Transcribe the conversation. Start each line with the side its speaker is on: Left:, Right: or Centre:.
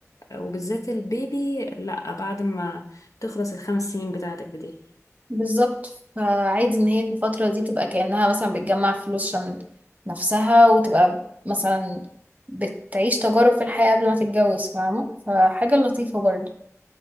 Left: وبالذات البيبي لا بعد ما تخلص الخمس سنين بتاعتك دي
Right: بالظبط فعادي ان هي في الفترة دي تبقى كأنها مثلا بتجمع فلوس عشان نفسها وتبقى مثلا بتعيش تجارب في الحياة قبل ما تتجوز فاهمة فحاجة لطيفة برضه